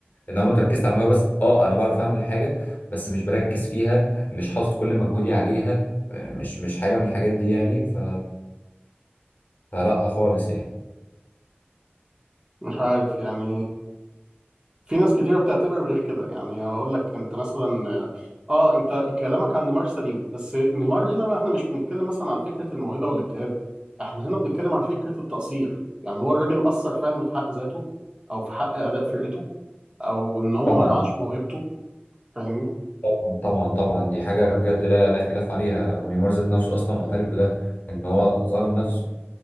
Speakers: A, on the left; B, on the right.
A: ان انا ركزت على الموهبه بس اه انا بعرف اعمل حاجه بس مش بركز فيها مش حاطط كل مجهودي عليها آه، مش مش حاجه من الحاجات دي يعني ف... فلا خالص يعني
B: مش عارف يعني في ناس كتيرة بتعتبر غير كده يعني اقول لك انت مثلا اه انت كلامك عن نيمار سليم بس نيمار هنا بقى احنا مش بنتكلم مثلا عن فكرة الموهبة والاجتهاد احنا هنا بنتكلم عن فكرة التقصير يعني هو الراجل قصر فعلا في حق ذاته او في حق اداء فرقته او ان هو
A: طبعا
B: ما رعاش موهبته فاهمني؟
A: طبعا طبعا طبعا دي حاجه بجد لا لا خلاف عليها ونيمار ذات نفسه اصلا معترف بده ان هو ظلم نفسه